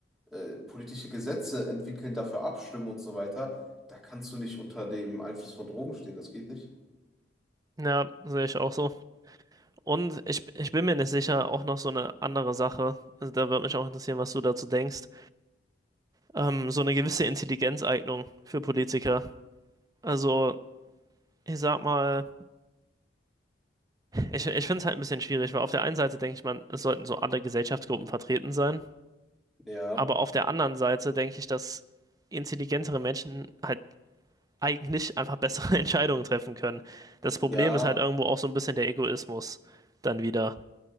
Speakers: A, in the centre; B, on the right.
A: äh, politische Gesetze entwickeln, dafür abstimmen und so weiter, da kannst du nicht unter dem Einfluss von Drogen stehen, das geht nicht.
B: ja, sehe ich auch so. Und ich, ich bin mir nicht sicher, auch noch so eine andere Sache, also da würde mich auch interessieren, was du dazu denkst, ähm, so eine gewisse Intelligenzeignung für Politiker. Also ich sag mal, ich, ich finde es halt ein bisschen schwierig, weil auf der einen Seite denke ich, man, es sollten so alle Gesellschaftsgruppen vertreten sein,
A: Ja,
B: aber auf der anderen Seite denke ich, dass intelligentere Menschen halt eigentlich einfach bessere <laughs> Entscheidungen treffen können. Das
A: ja,
B: Problem ist halt irgendwo auch so ein bisschen der Egoismus dann wieder.